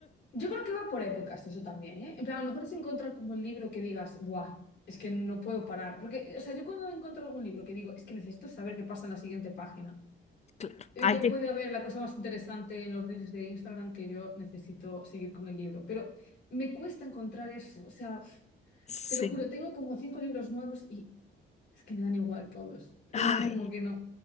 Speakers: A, on the left; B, on the left.
A: Yo creo que va por épocas eso también, ¿eh? En plan, a lo mejor es encontrar como el libro que digas, ¡buah! Es que no puedo parar. Porque, o sea, yo cuando encuentro algún libro que digo, es que necesito saber qué pasa en la siguiente página,
B: Claro,
A: eh,
B: ahí
A: ya
B: te...
A: puede haber la cosa más interesante en los reels de Instagram que yo necesito seguir con el libro. Pero me cuesta encontrar eso. O sea, pf,
B: Sí.
A: te lo juro, tengo como cinco libros nuevos y es que me dan igual todos. Eh,
B: Ay.
A: Es como que no.